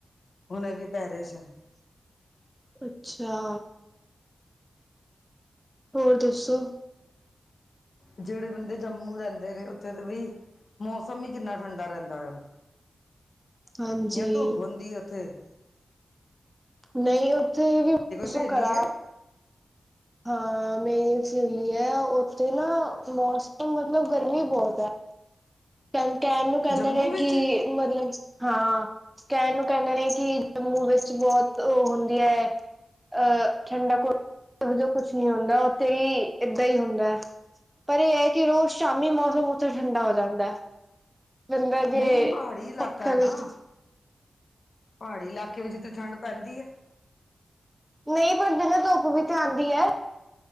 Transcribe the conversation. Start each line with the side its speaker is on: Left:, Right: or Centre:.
Left: ਹੁਣੇ ਵੀ ਪੈ ਰਿਹਾ ਸੈ
Centre: ਅੱਛਾ ਹੋਰ ਦੱਸੋ
Left: ਜਿਹੜੇ ਬੰਦੇ ਜੰਮੂ ਰਹਿੰਦੇ ਨੇ ਉੱਥੇ ਤੇ ਬਈ ਮੌਸਮ ਹੀ ਕਿੰਨਾ ਠੰਡਾ ਰਹਿੰਦਾ ਆ
Centre: ਹਾਂਜੀ
Left: ਯਾਰ ਧੁੱਪ ਹੁੰਦੀ ਆ ਉਥੇ
Centre: ਨਹੀਂ ਉੱਥੇ ਵੀ ਮੌਸਮ
Left: ਸਹੇਲੀ
Centre: ਖਰਾਬ
Left: ਏ
Centre: ਹਾਂ ਮੇਰੀ ਇੱਕ ਸਹੇਲੀ ਹੈ ਉੱਥੇ ਨਾ ਮੌਸਮ ਮਤਲਬ ਗਰਮੀ ਬਹੁਤ ਹੈ ਕ ਕਹਿਣ ਨੂੰ ਕਹਿੰਦੇ
Left: ਜੰਮੂ
Centre: ਨੇ
Left: ਵਿੱਚ
Centre: ਕਿ ਮਤਲਬ ਹਾਂ ਕਹਿਣ ਨੂੰ ਕਹਿੰਦੇ ਨੇ ਕਿ ਜੰਮੂ ਵਿੱਚ ਬਹੁਤ ਉਹ ਹੁੰਦੀਆਂ ਐ ਅਹ ਠੰਡਕ ਉਹੋ ਜਿਹਾ ਕੁਛ ਨੀ ਹੁੰਦਾ ਉੱਥੇ ਵੀ ਏਦਾਂ ਹੀ ਹੁੰਦਾ ਹੈ ਪਰ ਇਹ ਹੈ ਕਿ ਰੋਜ਼ ਸ਼ਾਮੀ ਮੌਸਮ ਉੱਥੇ ਠੰਡਾ ਹੋ ਜਾਂਦਾ ਬੰਦਾ ਜੇ
Left: ਨਹੀਂ ਪਹਾੜੀ ਇਲਾਕਾ
Centre: ਪੱਖਾਂ
Left: ਹੈ
Centre: ਵਿੱਚ
Left: ਨਾ। ਪਹਾੜੀ ਇਲਾਕੇ ਵਿੱਚ ਤੇ ਠੰਢ ਪੈਂਦੀ ਏ
Centre: ਨਹੀਂ ਪਰ ਦਿਨੇ ਧੁੱਪ ਵੀ ਤੇ ਆਉਂਦੀ ਹੈ